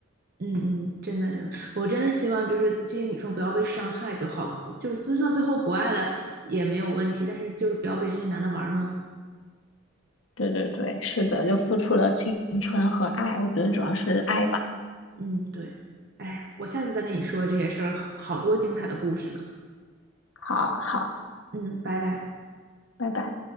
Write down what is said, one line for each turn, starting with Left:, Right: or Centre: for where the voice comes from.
Right: 嗯嗯，真的真的，我真的希望就是这些女生不要被伤害就好，就是就算最后不爱了也没有问题，但是就是不要被这些男的玩弄。
Left: 对对对，是的，就付出了青春和爱，我觉得主要是爱吧，
Right: 嗯，对，哎，我下次再跟你说这些事儿，好好多精彩的故事呢。
Left: 好好，
Right: 嗯，拜拜。
Left: 拜拜。